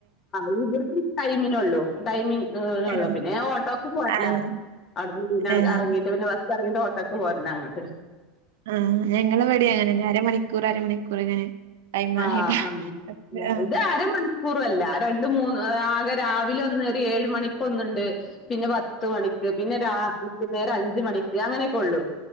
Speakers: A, on the left (about 35°); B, on the right (about 70°).
A: ആ ഇവിടുത്തെ ടൈമിന ഉള്ളു ടൈമിങ്ള്ളു
B: ആഹ്
A: പിന്നെ ഞാൻ ഓട്ടോക്ക് പോരല
B: ആഹ്
A: അവിടന്ന്
B: ഏഹ്
A: ഇറങ്ങിയിട്ട് പിന്നെ ബസ്സ് ഇറങ്ങിട്ട് ഓട്ടൊക്ക പോരണ അങ്ങട്ട്
B: ആ ഞങ്ങളെ ഇവിടെയും അങ്ങനെ തന്നെ അരമണിക്കൂർ അരമണിക്കൂർ ഇങ്ങനെ ടൈം
A: ആ
B: ആയിട്ടാ
A: ആ
B: ഏഹ്
A: ഇത് അര മണിക്കൂറും അല്ല രണ്ട് മൂന്ന് ആകെ രാവിലെ ഒന്ന് ഒരു ഏഴ് മണിക്ക് ഒന്നുണ്ട് പിന്നെ പ ത്ത് മണിക്ക് പിന്നെ വൈകുന്നേരം അഞ്ച് മണിക്ക് വൈകുന്നേരം അങ്ങനെയൊക്കെ ഉള്ളു